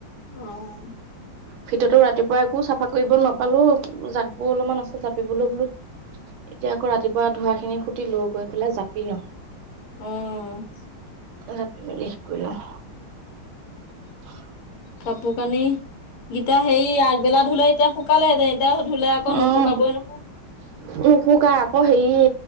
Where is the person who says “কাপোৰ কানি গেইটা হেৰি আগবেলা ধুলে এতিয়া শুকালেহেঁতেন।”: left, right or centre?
Left